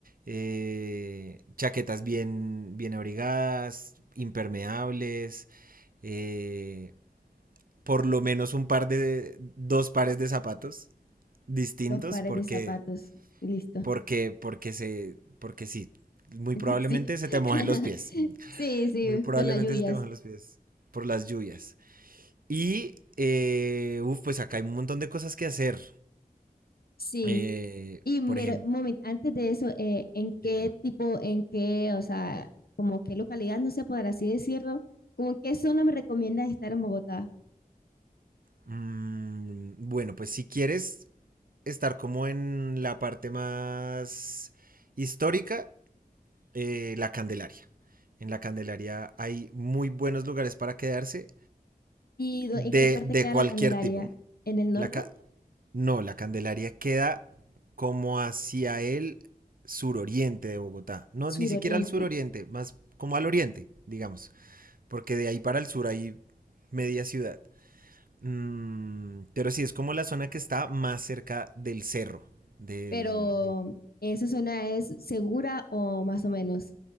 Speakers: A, on the right; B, on the left.
A: eh, chaquetas bien, bien abrigadas, impermeables, eh, por lo menos un par de, dos pares de zapatos distintos,
B: Dos pares
A: porque,
B: de zapatos. Listo.
A: porque, porque se, porque sí, muy
B: <laughs>
A: probablemente
B: Sí.
A: se te mojen
B: <laughs>
A: los pies.
B: Sí, sí,
A: Muy probablemente
B: por las lluvias.
A: se te mojen los pies por las lluvias. Y, eh, uf, pues acá hay un montón de cosas que hacer.
B: Sí.
A: Eh,
B: Y mira,
A: por ejemplo,
B: un momento, antes de eso, eh, ¿en qué
A: Dímelo.
B: tipo, en qué, o sea, como qué localidad, no sé, por así decirlo, como en qué zona me recomiendas estar en Bogotá?
A: mm, bueno, pues si quieres estar como en la parte más histórica, eh, la Candelaria. En la Candelaria hay muy buenos lugares para quedarse
B: ¿Y dó-
A: de,
B: en qué parte
A: de
B: queda
A: cualquier
B: la Candelaria?
A: tipo.
B: ¿En el norte?
A: La ca- no, la Candelaria queda como hacia el suroriente de Bogotá. No, ni
B: Suroriente.
A: siquiera al suroriente, más como al oriente, digamos. Porque de ahí para el sur hay media ciudad. Mm, pero sí, es como la zona que está más cerca del cerro. Del...
B: Pero, ¿esa zona es segura o más o menos?